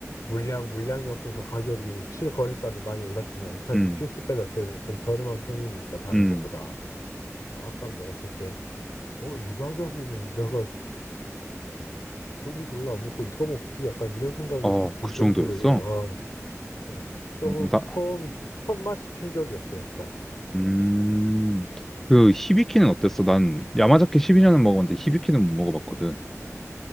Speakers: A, on the left; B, in the centre.
A: 물량 물량이 없어서 가격이 실거래가는 많이 올랐지만 사실
B: 음,
A: 출시가 자체는 좀 저렴한 편이니까 다른
B: 음.
A: 거보다 아, 딱 먹었을 때 어 이 가격이면 내가 돈이 별로 안 먹고 이거 먹지 약간 이런 생각이
B: 어,
A: 딱 들
B: 그
A: 정도로
B: 정도였어?
A: 이게, 아, 어, 좀
B: 어, 나,
A: 처음이 첫 맛이 충격이었어 약간
B: 음, 그 히비키는 어땠어? 난 야마자키 12년은 먹어봤는데 히비키는 못 먹어봤거든.